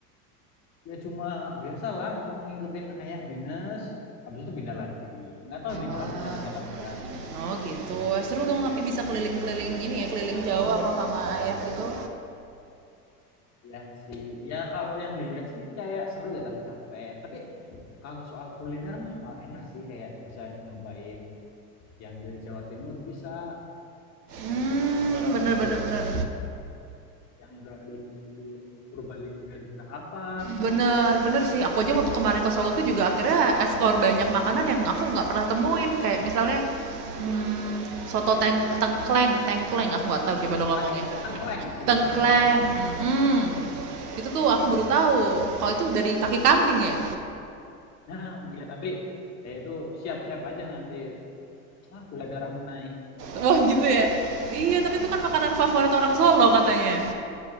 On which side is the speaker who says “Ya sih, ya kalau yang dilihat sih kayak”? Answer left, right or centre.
Left